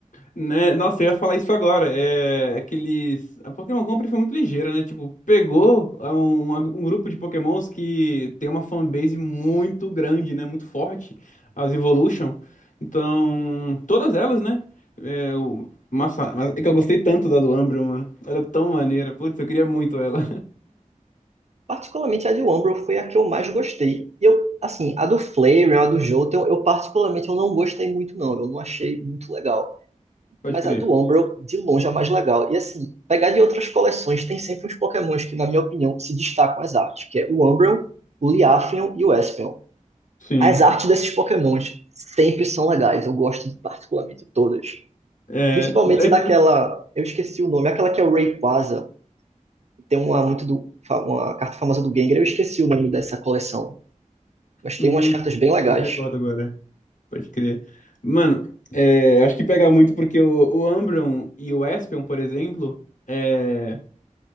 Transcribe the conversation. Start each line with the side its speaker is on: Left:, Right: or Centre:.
Left: Né? Nossa, eu ia falar isso agora. É aqueles. A Pokémon Company foi muito ligeira, né? Tipo, pegou a um, a um grupo de Pokémons que tem uma fanbase muito grande, né? Muito forte. As Evolution. Então, todas elas, né? É, o... Massa... Mas é que eu gostei tanto da do Umbreon, mano. Ela é tão maneira. Putz, eu queria muito ela.
Right: Particularmente a de Umbro foi a que eu mais gostei. E eu, assim, a do Flareon, a do Jolteon, eu particularmente eu não gostei muito não, eu não achei muito legal.
Left: <laughs> Pode
Right: Mas
Left: crer.
Right: a do Umbro, de longe, é a mais legal. E assim, pegar de outras coleções, tem sempre uns Pokémons que, na minha opinião, se destacam as artes, que é o Umbreon, o Liafeon e o Espeon.
Left: Sim.
Right: As artes desses Pokémons sempre são legais, eu gosto de particularmente todas.
Left: É...
Right: Principalmente
Left: Aí...
Right: daquela, eu esqueci o nome, aquela que é o Rayquaza, tem uma muito do uma carta famosa do Gengar, eu esqueci o nome dessa coleção. mas
Left: Hum,
Right: tem umas cartas
Left: putz,
Right: bem legais.
Left: não me recordo agora. Pode crer. Mano, é, acho que pega muito porque o, o Umbreon e o Espeon, por exemplo, é,